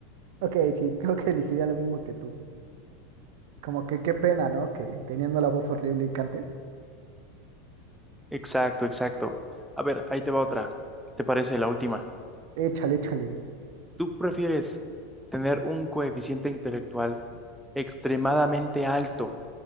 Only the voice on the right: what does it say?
Ok, sí, creo que elegiría lo mismo que tú. Como que qué pena, ¿no? Que teniendo la voz horrible y cantes.
Échale, échale.